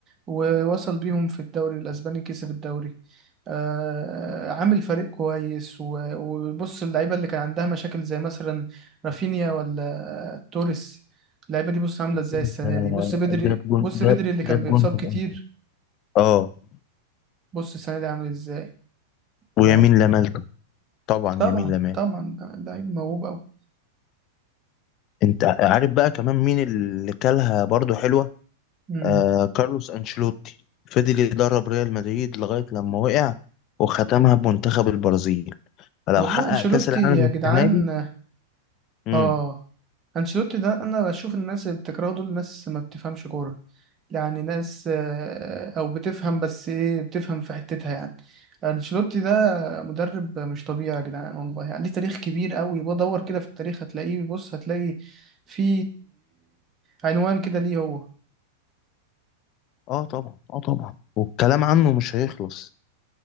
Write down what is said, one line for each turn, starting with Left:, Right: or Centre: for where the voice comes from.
Right: ووصل بيهم في الدوري الأسباني كسب الدوري آه عامل فريق كويس و- وبص اللعيبة اللي كان عندها مشاكل زي مثلا رافينيا ولا توريس اللعيبة دي بص عاملة
Left: أصل
Right: ازاي
Left: انت
Right: السنة دي بص بدري
Left: جاب جون
Right: بص بدري
Left: جاب
Right: اللي كان
Left: جاب
Right: بيتصاب
Left: جون في
Right: كتير
Left: الأول. اه
Right: بص السنة دي عامل ازاي فاهم
Left: ويمين لمال طبعا
Right: طبعا
Left: يمين لمال
Right: طبعا ده- ده لعيب موهوب أوي
Left: انت عارف بقى كمان مين اللي كلها برضو حلوة
Right: مم.
Left: آه كارلوس انشيلوتي فضل يدرب ريال مدريد لغاية لما وقع وختمها بمنتخب البرازيل فلو
Right: والله
Left: حقق
Right: انشيلوتي
Left: كأس العالم
Right: يا
Left: السنة
Right: جدعان
Left: دي امم
Right: اه انشيلوتي ده انا بشوف الناس اللي بتكرهه دول ناس ما بتفهمش كوره يعني ناس آه، او بتفهم بس ايه بتفهم في حتتها يعني انشيلوتي ده مدرب مش طبيعي يا جدعان والله يعني ليه تاريخ كبير قوي بدور كده في التاريخ هتلاقيه بص هتلاقي في عنوان كده ليه هو
Left: اه طبعا اه طبعا والكلام عنه مش هيخلص